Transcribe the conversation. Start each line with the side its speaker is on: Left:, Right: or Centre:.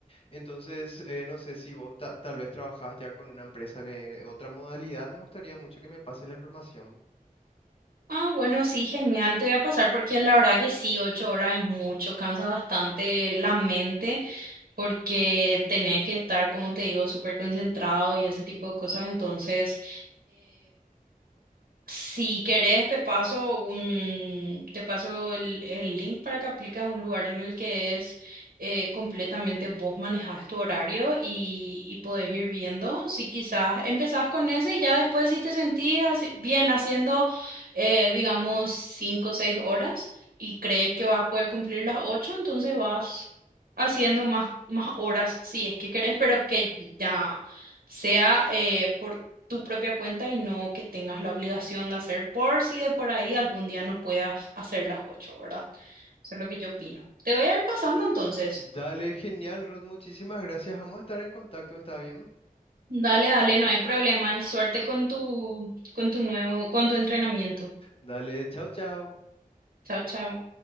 Left: Entonces, eh, no sé si vos ta- tal vez trabajás ya con una empresa de otra modalidad, me gustaría mucho que me pase la información.
Right: Ah, bueno, sí, genial, te voy a pasar porque la verdad que sí, ocho horas es mucho, cansa bastante la mente porque tenés que estar, como te digo, súper concentrado y ese tipo de cosas, entonces... Si querés, te paso un, te paso el, el link para que apliques a un lugar en el que es eh, completamente vos manejás tu horario y, y podés ir viendo. Si quizás empezás con ese y ya después si te sentís así- bien haciendo, eh, digamos, cinco o seis horas y crees que vas a poder cumplir las ocho, entonces vas haciendo más, más horas si es que querés, pero que ya sea eh, por tu propia cuenta y no que tengas la obligación de hacer por si de por ahí algún día no puedas hacer las ocho, ¿verdad? Eso es lo que yo opino. Te voy a ir pasando entonces.
Left: Dale, genial, Ruth. Muchísimas gracias. Vamos a estar en contacto, ¿está bien?
Right: Dale, dale, no hay problema y suerte con tu, con tu nuevo, con tu entrenamiento.
Left: Dale, chao, chao.
Right: Chao, chao.